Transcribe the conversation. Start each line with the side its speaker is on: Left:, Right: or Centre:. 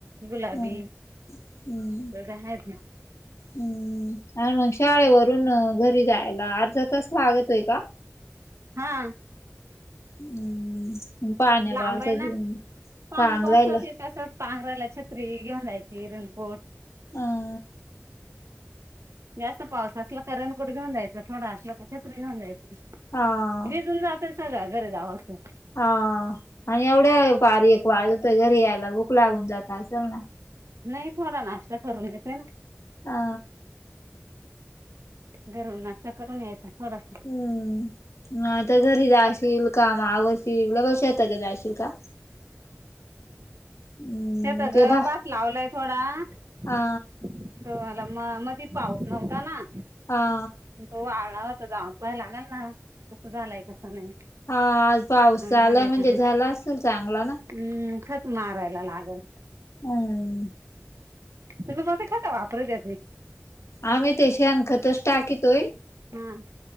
Right: गुलाबी
Left: म हम्म.
Right: एवढे आहेत ना
Left: हम्म आण शाळेवरून घरी जायला अर्धा तास लागतोय का.
Right: हा.
Left: हम्म पाण्या
Right: लांब
Left: बावसा
Right: आहे ना
Left: चांगल
Right: पाण्या पावसाची
Left: हाय न.
Right: तसंच पांघरायला छत्री घेऊन जायच रेनकोट.
Left: अ.
Right: जास्त पाऊस असला कारण रेनकोट घेऊन जायच थोडा असला छत्री घेऊन जायची.
Left: हा.
Right: भिजून जातील सगळ्या घरी जाऊसतर.
Left: हा आणि एवढे बारीक वाळूत वैगरे यायला बुक लागून जात असेल ना
Right: नाही थोडा नाश्ता करून घेते ना
Left: हा
Right: घरून नाष्टा करून यायचा थोडासा
Left: हम्म. मग आता घरी जाशील कामावर लगेच शेतावर जाशील का? हम्म
Right: शेत ग
Left: ते बा
Right: भात लावलाय थोडा. त
Left: हा
Right: मला म मध्ये पाऊस नव्हता ना.
Left: हा
Right: तो वालाता जाऊ पाय लागल ना कसं झालंय कसं नाही.
Left: हा पाऊस झाला
Right: झालाय
Left: म्हणजे
Right: का नाही
Left: झाला असेल चांगला ना.
Right: हम्म खत मारायला लागल.
Left: हम्म.
Right: तुझ म खातता वापर द
Left: आम्ही तेशीशानखतच टाकितोय.
Right: हम्